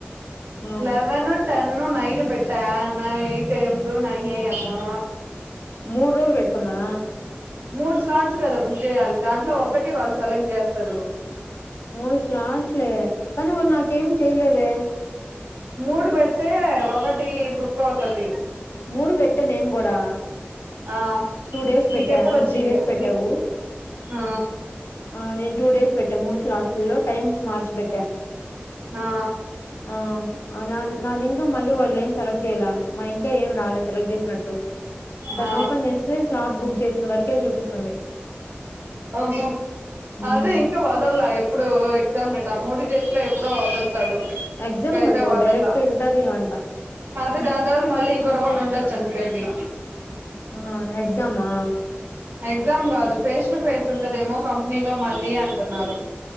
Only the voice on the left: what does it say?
ఆ
మూడు రోజలు పెట్టుకున్నా
మూడుస్లాట్లే కానీ వాళ్ళు నాకేం చెయలేదే
మూడు పెట్ట నేను కూడా
టూ డేస్
పెట్టా నువ్వు
త్రీ డేస్ పెట్టావు
ఆ నేను టూ డేస్ పెట్టా మూడు స్లాట్ల లొ టైమ్స్ మార్చి పెట్టా
ఆ నా నాదిఇంకా మళ్ళి వాళ్ళు ఏమి సెలెక్ట్ చేయాల కా ఏం రాలేదు సెలెక్ట్ చేసినట్టు దాన్ని
ఓపెన్ చేస్తే స్లాట్ బుక్ చేసిన వరకే చూపిస్తుంది
ఉమ్.
ఎగ్జామ్
గాదు గదా
డైరెక్ట్ ఇంటర్వ్యూ అంటా
హ హ ఎగ్జామా